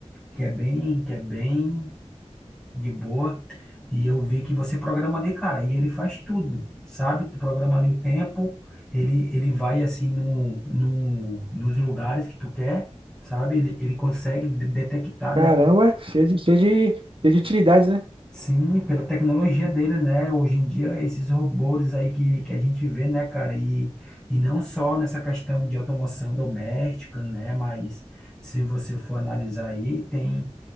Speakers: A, in the centre; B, on the right.
A: que é bem, que é bem de boa. E eu vi que você programa ali, cara, e ele faz tudo, sabe? Tu programa ali o tempo, ele, ele vai assim no, no, nos lugares que tu quer, sabe? Ele, ele consegue de- detectar,
B: Caramba,
A: né?
B: cheio de, cheio de, cheio de utilidades, né?
A: Sim, pela tecnologia dele, né? Hoje em dia, esses robôs aí que, que a gente vê, né, cara? E, e não só nessa questão de automação doméstica, né? Mas se você for analisar aí, tem,